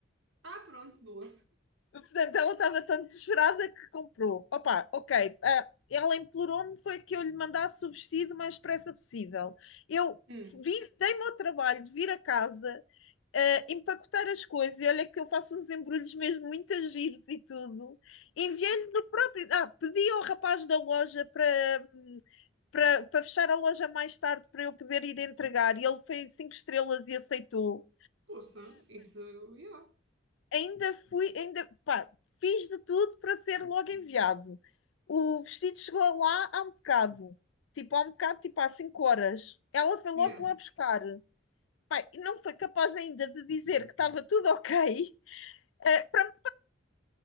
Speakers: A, on the right; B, on the left.
A: Ah, pronto, boa.
B: Portanto, ela estava tão desesperada que comprou. Opa, ok. ah, ela implorou-me foi que eu lhe mandasse o vestido o mais depressa possível. Eu
A: Hum.
B: dei-me ao trabalho de vir a casa, eh, empacotar as coisas. E olha que eu faço os embrulhos mesmo muito a giros e tudo. enviei no próprio. Ah, pedi ao rapaz da loja para, hum, para, para fechar a loja mais tarde para eu poder ir entregar. E ele fez cinco estrelas e aceitou.
A: Poxa, isso, yeah.
B: Ainda fui, ainda, pá, fiz de tudo para ser logo enviado. O vestido chegou lá há um bocado. Tipo, há um bocado, tipo, há cinco horas. Ela foi logo
A: Yeah.
B: lá buscar. Pá, e não foi capaz ainda de dizer que estava tudo ok. Eh, para